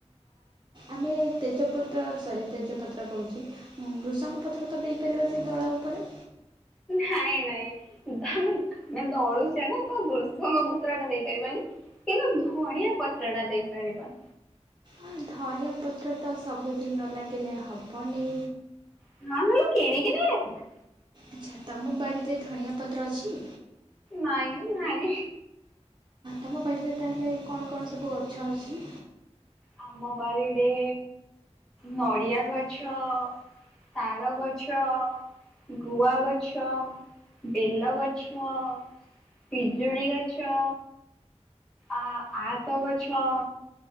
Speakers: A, on the right; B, in the centre.
A: ଆମେ ତେଜପତ୍ର ସରି ତେଜପତ୍ର କହୁଛି ଭୃଷଙ୍ଗ ପତ୍ର ଦେଇପାରିବା ସେ ଦଳା ଉପରେ।
B: ନାଇଁ ନାଇଁ ଆମେ ଦଳୁଚେ ନା ତ ବୃଷଙ୍ଗ ପତ୍ର ଟା ଦେଇପାରିବାନି। କିନ୍ତୁ ଧଣିଆ ପତ୍ର ଟା ଦେଇପାରିବା।
A: ଆଉ ଧନିଆ ପତ୍ର ତ ସବୁଦିନ ଲାଗିଲେ ହବନି।
B: <unintelligible> ନାନୁ ଲ କିଣି କି ନେଇ ଆସିବା।
A: ଆଚ୍ଛା ତମ ବାଡ଼ିରେ ଧଣିଆ ପତ୍ର ଅଛି?
B: ନାଇଁ ନାଇଁ।
A: ତମ ବାଡିରେ ତାହେଲେ କଣ୍ କଣ୍ ସବୁ ଗଛ ଅଛି?
B: ଆମ ବାରି ରେ ନଡିଆ ଗଛ ତାଳ ଗଛ ଗୁଆ ଗଛ ବେଲ ଗଛ ପିଜୁଳି ଗଛ ଆ ଆତ ଗଛ